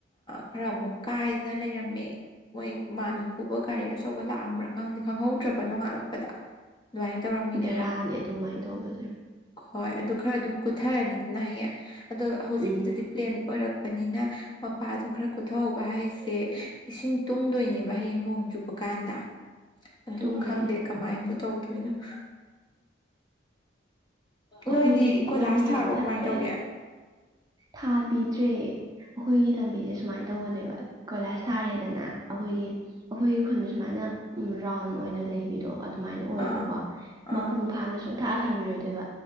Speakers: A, on the left; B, on the right.
A: ꯈꯔꯥ ꯑꯃꯨꯛ ꯀꯥꯏꯗꯅ ꯂꯩꯔꯝꯃꯦ ꯃꯣꯏ ꯃꯥꯟ ꯄꯨꯕ ꯒꯥꯔꯤ ꯑꯆꯧꯕ ꯂꯥꯛꯑꯝꯕ꯭ꯔꯥ ꯈꯪꯗꯤ ꯈꯪꯍꯧꯗ꯭ꯔꯕ ꯅꯣꯉꯛꯀꯞꯗ ꯑꯗꯨꯃꯥꯏꯅꯥ ꯇꯧꯔꯃꯤꯅꯦ
B: ꯕꯦꯔꯥꯅꯦ ꯑꯗꯨꯃꯥꯏꯅ ꯇꯧꯕꯁꯦ
A: ꯍꯣꯌ ꯑꯗꯨꯝ ꯈꯔꯥ ꯑꯗꯨꯝ <unintelligible> ꯑꯗꯣ ꯍꯧꯖꯤꯛꯀꯤꯗꯨꯗꯤ
B: ꯎꯝ
A: ꯄ꯭ꯂꯦꯟ ꯑꯣꯏꯔꯞ ꯂꯄꯅꯤꯅ ꯃꯄꯥꯗꯣ ꯈꯔ ꯀꯣꯊꯣꯛꯍꯧꯕ ꯍꯥꯏꯁꯦ ꯏꯁꯤꯡ ꯇꯨꯡꯗꯣꯏꯅꯦꯕ ꯍꯌꯦꯡ ꯅꯣꯡ ꯆꯨꯕ ꯀꯥꯟꯗ ꯑꯗꯨ
B: ꯇꯨꯡꯗꯣꯏꯅꯦ
A: ꯈꯪꯗꯦ ꯀꯃꯥꯏꯕꯨ ꯇꯧ <unintelligible>
B: ꯑꯩꯈꯣꯏꯒꯤꯗꯤ
A: ꯅꯣꯏꯗꯤ ꯀꯣꯏꯂꯥꯁ
B: ꯂꯝꯕꯤ
A: ꯊꯥꯔꯕꯣ
B: ꯌꯥꯝ ꯐꯠꯇꯦ
A: ꯀꯃꯥꯏꯅ ꯇꯧꯒꯦ
B: ꯊꯥꯕꯤꯗ꯭ꯔꯦ ꯑꯩꯈꯣꯏꯒꯤ ꯂꯝꯕꯤꯁꯦ ꯁꯨꯃꯥꯏꯅ ꯇꯧꯕꯅꯦꯕꯥ ꯀꯣꯏꯂꯥꯁ ꯊꯥꯔꯦꯗꯅ ꯑꯩꯈꯣꯏꯒꯤ ꯑꯩꯈꯣꯏꯒꯤ ꯈꯨꯟꯁꯦ ꯁꯨꯃꯥꯏꯅ ꯔꯥꯎꯟ ꯑꯣꯏꯅ ꯂꯩꯕꯤꯗꯣ ꯑꯗꯨꯃꯥꯏꯅ ꯑꯣꯏꯌꯦꯕꯀꯣ
A: ꯑꯥ ꯑꯥ
B: ꯃꯄꯨꯡ ꯐꯥꯅ ꯁꯨꯝ ꯄꯨꯡꯊꯥ ꯊꯥꯕꯤꯔꯣꯏꯗꯣꯏꯕ